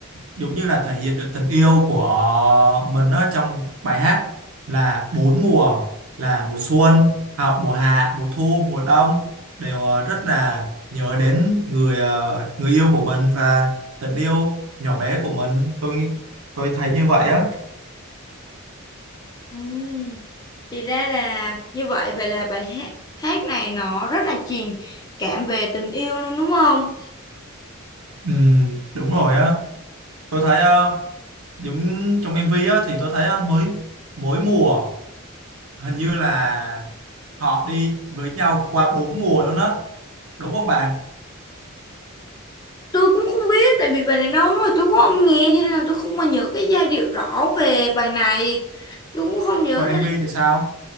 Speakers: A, on the right (about 80°); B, on the left (about 20°).
A: giống như là thể hiện được tình yêu của mình á trong bài hát là bốn mùa là mùa xuân à, mùa hạ mùa thu mùa đông đều ờ, rất là nhớ đến người ờ, người yêu của mình và tình yêu nhỏ bé của mình tôi tôi thấy như vậy á
B: Ừm, Thì ra là như vậy vậy là bài hát hát này nó rất là truyền cảm về tình yêu luôn đúng không?
A: Ừ, đúng rồi á tôi thấy ờ, giống trong MV á thì tôi thấy á, mới mỗi mùa hình như là họ đi với nhau qua bốn mùa luôn á đúng không bạn
B: Tôi cũng không biết tại vì bài này lâu lắm rồi tôi cũng không nghe cho nên là tôi không mà nhớ cái giai điệu rõ về bài này. Tôi cũng không nhớ
A: còn MV thì sao